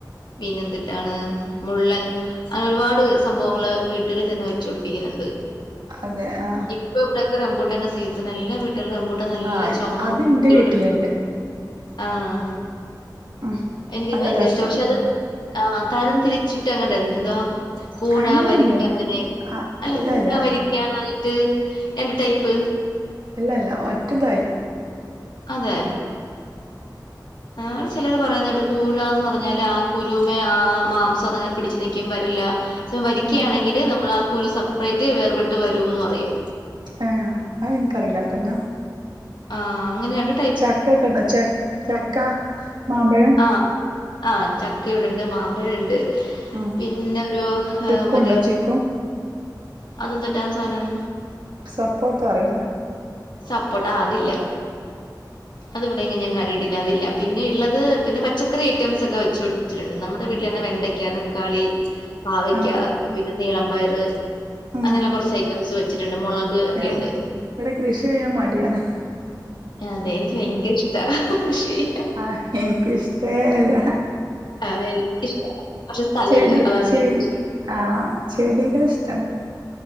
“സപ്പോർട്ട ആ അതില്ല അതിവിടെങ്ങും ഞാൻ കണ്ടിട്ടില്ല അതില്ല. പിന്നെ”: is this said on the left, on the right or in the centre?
Left